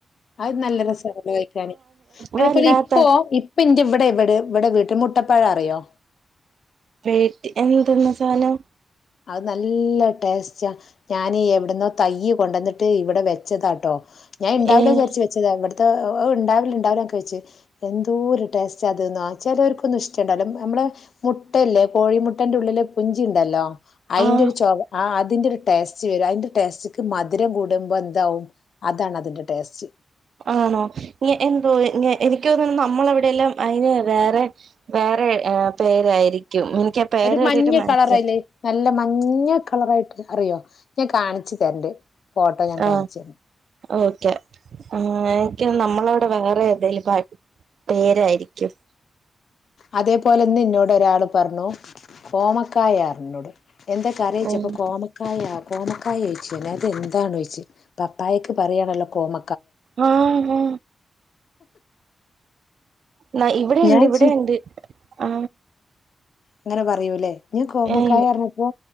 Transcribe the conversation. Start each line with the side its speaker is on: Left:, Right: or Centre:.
Left: അത് നല്ല രസമാണ് ഉപയോഗിക്കാന് അതേപോലെ
Right: വല്ലാത്ത
Left: ഇപ്പോ ഇപ്പ ഇന്റെ ഇവിടെ ഇവിടെ ഇവിടെ വേ മുട്ടപ്പഴം അറിയോ?
Right: വേട്ടി എന്തെന്ന് സാധനം.
Left: അത് നല്ല ടേസ്റ്റാ, ഞാനീ എവിടന്നോ തൈയ് കൊണ്ടന്നിട്ട് ഇവിടെ വെച്ചതാട്ടോ. ഞാൻ എണ്ടാവില്ലേ
Right: ഏഹ്
Left: വിചാരിച്ച് വെച്ചതാവിടെ. ഉണ്ടാവില്ല ഉണ്ടാവില്ലൊക്കെ വെച്ച് എന്തോര് ടേസ്റ്റ് അതന്നാ ചിലർക്കൊന്നും ഇഷ്ടം ഉണ്ടാവില്ല നമ്മള്- മുട്ടല്ലേ കോഴിമുട്ടന്റെ ഉള്ളില് പുഞ്ചി ഉണ്ടല്ലോ അയിന്റെ
Right: ആഹ്
Left: ഒരു ചൊവ്വ അതിന്റെ ഒരു ടേസ്റ്റ് വരും അതിന്റെ ടേസ്റ്റ് മധുരം കൂടുമ്പോ എന്താവും അതാണ് അതിന്റെ ടേസ്റ്റ്.
Right: ആണോ ഇ എന്തോ എ <unintelligible> എനിക്കു തോന്നണ് നമ്മളവിടെയെല്ലാം അയിന് വേറെ വേറെ പേരായിരിക്കും. എനിക്ക് ആ പേര്
Left: ഒരു
Right: കേട്ടിട്ട്
Left: മഞ്ഞ
Right: മനസ്സില
Left: കളറല്ലേ നല്ല മഞ്ഞ കളറായിട്ട് അറിയോ ഞാൻ കാണി ച്ചു തരണ്ട്. ഫോട്ടോ ഞാൻ
Right: ആ
Left: കാണിച്ചു തരാം
Right: ഓക്കെ എനിക്ക് നമ്മളോട് അ വേറെ ഏതേലും പേരായിരിക്കും.
Left: അതേപോലെന്ന ഇന്നോട് ഒരാള് പറഞ്ഞു കോമക്കായാറിനോട്. എന്താ കറിചോയിപ്പ
Right: ഓഹ്
Left: കോമക്കായ. കോമക്കായ ചോദിച്ച്. അത് എന്താണ് ചോദിച്ച് പപ്പായക്ക് പറയയാണല്ലോ കോമ
Right: ആ ഹ. ന ഇവിടെണ്ട്
Left: ഞാൻ
Right: ഇവിടെണ്ട്
Left: ചി
Right: ആ.
Left: അങ്ങനെ പറയൂല്ലേ, ഞാൻ കോമക്കായ
Right: ഏഹ്
Left: പറിഞ്ഞപ്പോ